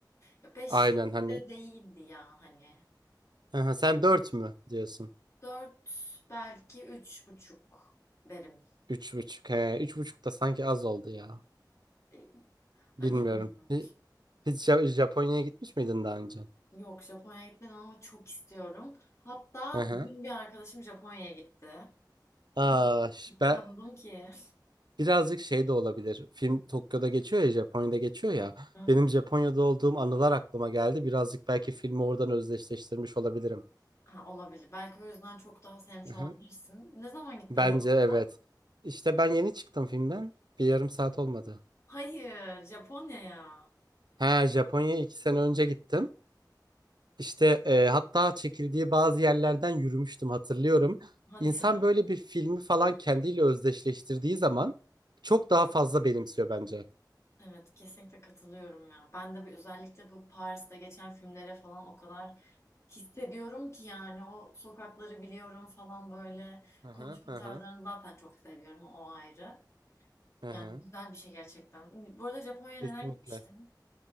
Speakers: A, on the left (about 40°); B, on the right (about 70°).
A: Ya beş
B: Aynen
A: gibi
B: hani
A: de değildi ya hani.
B: Hı hı, sen 4 mü diyorsun?
A: Dört belki üç buçuk derim.
B: Üç buçuk. He, üç buçuk da sanki az oldu ya.
A: E, Ay
B: Bilmiyorum.
A: bilmiyorum.
B: Hi- Hiç Ja- Japonya'ya gitmiş miydin daha önce?
A: Yok Japonya'ya gitmedim ama çok istiyorum. Hatta
B: Hı hı.
A: dün bir arkadaşım Japonya'ya gitti. O
B: Aa,
A: kadar
B: ş-
A: kıskandım
B: ben
A: ki.
B: birazcık şey de olabilir. Film Tokyo'da geçiyor ya, Japonya'da geçiyor ya.
A: <laughs>
B: Benim Japonya'da olduğum anılar aklıma geldi. Birazcık belki filmi oradan özdeşleştirmiş olabilirim.
A: Ha, olabilir. Belki o yüzden çok daha sevmiş
B: Hı
A: olabilirsin.
B: hı.
A: Ne zaman gittin
B: Bence
A: bu
B: evet.
A: hafta?
B: İşte ben yeni çıktım filmden. Bir yarım saat olmadı.
A: Hayır, Japonya'ya.
B: Ha, Japonya'ya iki sene önce gittim. İşte e, hatta çekildiği bazı yerlerden yürümüştüm hatırlıyorum.
A: Hadi
B: İnsan
A: ya.
B: böyle bir filmi falan kendiyle özdeşleştirdiği zaman çok daha fazla benimsiyor bence.
A: Evet, kesinlikle katılıyorum ya. Ben de bu, özellikle bu Paris'te geçen filmlere falan o kadar hissediyorum ki yani o sokakları biliyorum falan böyle
B: Hı hı
A: konuşma
B: hı
A: tarzlarını
B: hı.
A: zaten çok seviyorum o ayrı.
B: hı
A: Yani
B: hı.
A: güzel bir şey gerçekten. Bu arada Japonya'ya
B: Kesinlikle.
A: neden gitmiştin?